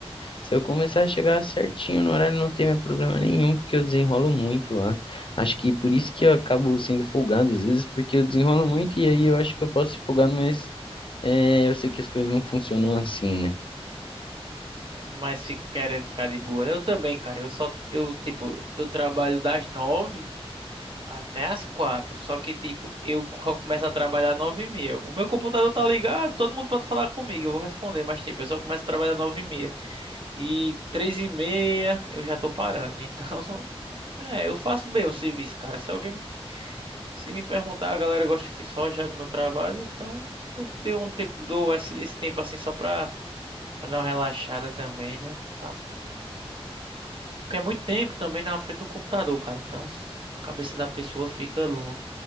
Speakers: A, on the left; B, on the right.
A: se eu começar a chegar certinho no horário, não tem mais problema nenhum, porque eu desenrolo muito lá. Acho que por isso que eu acabo sendo folgado às vezes, porque eu desenrolo muito e aí eu acho que eu posso ser folgado, mas é, eu sei que as coisas não funcionam assim, né?
B: Mas fica querendo ficar de boa. né? Eu também, cara. Eu só, eu, tipo, eu trabalho das nove até as quatro. Só que, tipo, eu co- começo a trabalhar nove e meia. O meu computador tá ligado, todo mundo pode falar comigo, eu vou responder. Mas, tipo, eu só começo a trabalhar nove e meia. E três e meia eu já tô parando. Então, <laughs> é, eu faço bem o serviço, cara. Se alguém, se me perguntar, a galera gosta aqui só já do meu trabalho. Então, eu tenho um tempo, dou esse, esse tempo assim só pra Pra dar uma relaxada também, né? Não tá- Porque é muito tempo também na frente do computador, cara. Então a cabeça da pessoa fica lo-